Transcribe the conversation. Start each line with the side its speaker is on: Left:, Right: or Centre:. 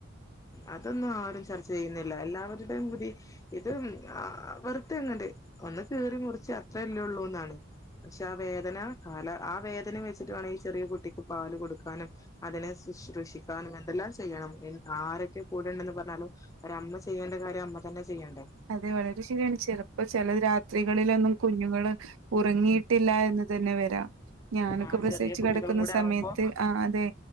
Left: അതൊന്നും ആരും ചർച്ച ചെയ്യുന്നില്ല എല്ലാവരുടെയും പൂതി ഇത് വെറുതെ എങ്ങെ ഒന്ന് കീറി മുറിച്ച് അത്ര ഇല്ലേ ഉള്ളൂന്നാണ് പക്ഷെ ആ വേദന കാല ആ വേദന വെച്ചിട്ട വേണം ഈ ചെറിയ കുട്ടിക്ക് പാല് കൊടുക്കാനും അതിനെ ശുശ്രൂഷിക്കാനും എന്തെല്ലാം ചെയ്യണം ആരൊക്കെ കൂടെണ്ടന്ന് പറഞ്ഞാലും ഒര അമ്മ ചെയ്യേണ്ട കാര്യം അമ്മ തന്നെ ചെയ്യണ്ടേ
Right: അതെ വളരെ ശരിയാണ് ചെലപ്പോ ചില രാത്രികളിലൊന്നും കുഞ്ഞുങ്ങള് ഉറങ്ങിയിട്ടില്ല എന്ന് തന്നെ വരാം ഞാനൊക്കെ
Left: ആ
Right: പ്രസവിച്ചു
Left: ചെറിയ കുട്ടികളും
Right: കിടക്കുന്ന
Left: കൂടെ
Right: സമയത്ത്
Left: ആവുമ്പോ
Right: ആ അതെ